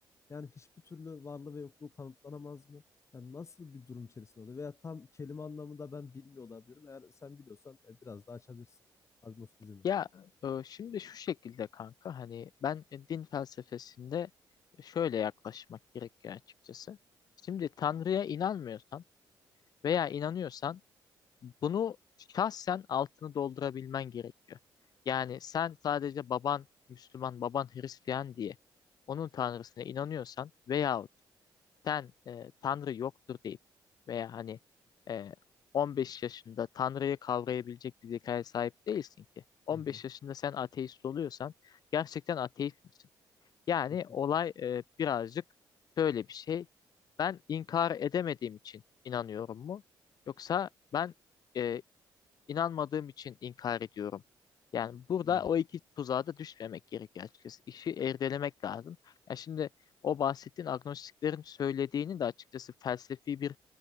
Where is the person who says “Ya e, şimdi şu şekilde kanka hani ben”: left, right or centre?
Left